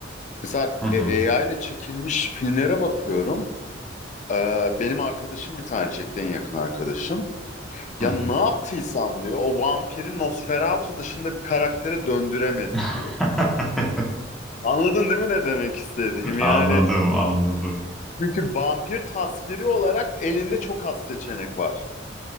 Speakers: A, on the left (about 40°); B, in the centre.
A: Mesela
B: Hı hı,
A: e, AI ile çekilmiş filmlere bakıyorum. E, benim arkadaşım bir tane çekti en yakın arkadaşım. Ya
B: hı hı.
A: ne yaptıysam diyor o vampiri Nosferatu dışında bir karaktere döndüremedim
B: <laughs>
A: diyor. Anladın değil mi ne demek istediğim?
B: Anladım,
A: Yani
B: anladım.
A: Çünkü vampir tasviri olarak elinde çok az seçenek var.